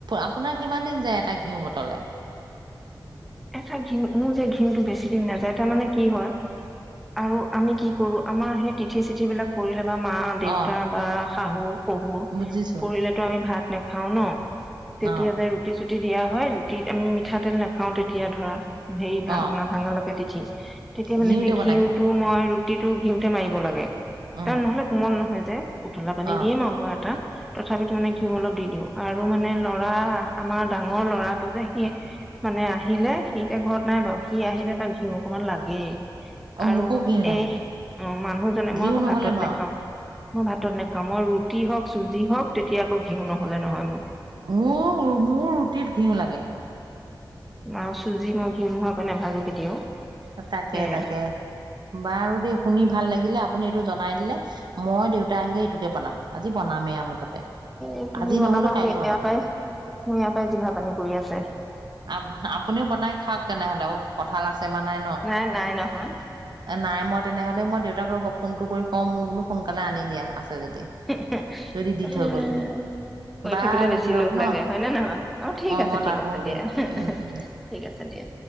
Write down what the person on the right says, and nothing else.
আপোনাৰ কিমান দিন যায় এটা ঘিউ বটলে।
অ
বুজিছো
অ
অ
ঘিউতে
বনাই
খায়
উম
অ
অ
মোকো ঘিউ লাগে
ঘিউ
নহ'লে
নোৱাৰো
মোৰ মোৰ ৰুটিত ঘিউ লাগে।
তাকে
তাকে বাৰু দেই শুনি ভাল লাগিলে আপুনি এইটো জনাই দিলে। মই দেউতা আহিলে এইটোকে বনাম আজি বনামেই আৰু মুঠতে।
আজি
নহ'লেও কাইলৈ
বনাম
আ আপুনিও বনাই খাওক তেনেহলে অ কঁঠাল আছে বা নাই।
এ নাই মই তেনেহলে মই দেউতাক ৰ'ব ফোনটো কৰি কম মোক বোলো সোনকালে আনি দিয়া আছে যদি।
যদি দি থৈ গ'লহি।
বাৰু
দিয়ক
ন?
মই
লাগোংগে।
উম, উম,